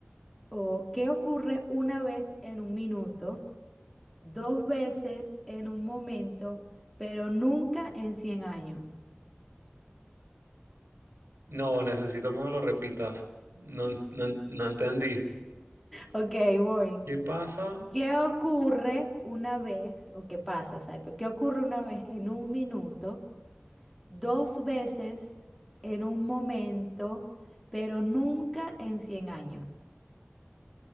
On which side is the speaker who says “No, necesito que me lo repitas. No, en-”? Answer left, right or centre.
Right